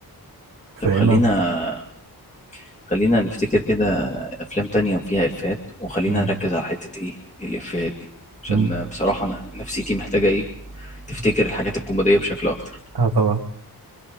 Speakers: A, on the right (about 70°); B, on the left (about 20°).
A: فيا
B: طب خلينا
A: اما ب...
B: خلينا نفتكر كده افلام تانية وفيها افيهات وخلينا
A: مم.
B: نركز على حتة ايه الافيهات دي عشان
A: مم.
B: بصراحة انا نفسيتي محتاجة ايه تفتكر الحاجات الكوميدية بشكل اكتر
A: اه طبعا